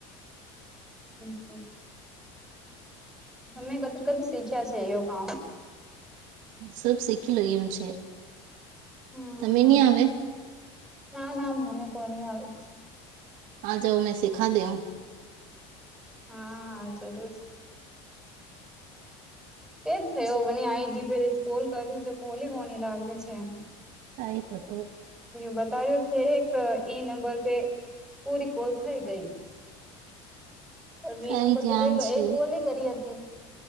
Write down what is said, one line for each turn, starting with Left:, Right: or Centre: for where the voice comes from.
Centre: હમ્મ, તમે કદ કદ શીખ્યા છે યો કા?
Right: સબ શીખી લયુ છે
Centre: હમ
Right: તમે ની આવે.
Centre: ના ના મને કોની આવે છે.
Right: આ જાઓ મેં સીખા દે હું
Centre: હા હા જરૂર એજ થયો આઈડીે કોલ કરું તો કોલી કોની લાગ્યો છે એમ
Right: કઈ પતો
Centre: બતાવ્યો છે એક એઈ નંબર પે પૂરી કોલ થઈ ગઈ. વી
Right: કઈ
Centre: નંબર
Right: ધ્યાન
Centre: પે દેખલો લો
Right: છે
Centre: એક ઓલ કરી હતી.